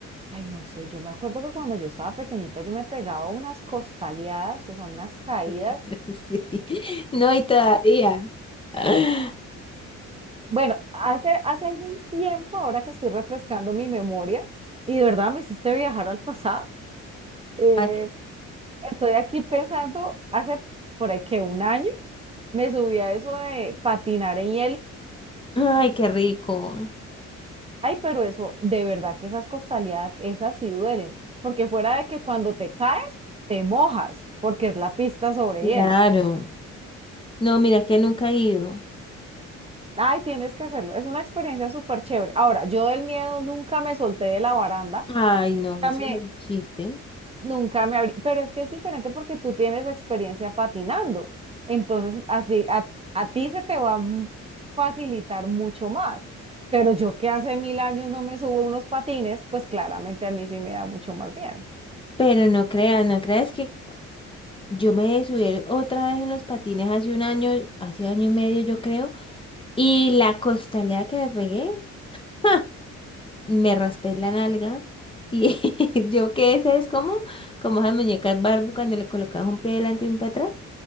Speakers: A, on the right; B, on the left.
A: ay, no sé, yo me acuerdo que cuando yo estaba pequeñita yo me pegaba unas costaleadas, o sea, unas caídas
B: <laughs> Sí. No, y todavía. <gasps>
A: Bueno, hace, hace algún tiempo, ahora que estoy refrescando mi memoria, y de verdad me hiciste viajar al pasado, eh,
B: Ay,
A: estoy aquí pensando, hace por ahí que un año me subí a eso de patinar en hielo.
B: ay, qué rico.
A: Ay, pero eso, de verdad que esas costaleadas, esas sí duelen, porque fuera de que cuando te caes, te mojas, porque es la pista sobre
B: Claro.
A: hielo.
B: No, mira que nunca he ido.
A: Ay, tienes que hacerlo, es una experiencia súper chévere. Ahora, yo del miedo nunca me solté de la baranda.
B: Ay, no,
A: También,
B: eso no es un chiste.
A: Nunca me abrí, pero es que es diferente porque tú tienes experiencia patinando. Entonces, así a, a ti se te va a mm, facilitar mucho más. Pero yo que hace mil años no me subo unos patines, pues claramente a mí sí me da mucho más miedo.
B: Pero no creas, no creas que yo me subí otra vez en los patines hace un año, hace año y medio, yo creo. Y la costalera que me pegué. <laughs> me raspé la nalga y <laughs> yo quedé, ¿sabes cómo? Como esas muñecas Barbie cuando le colocabas un pie delante y un pie atrás.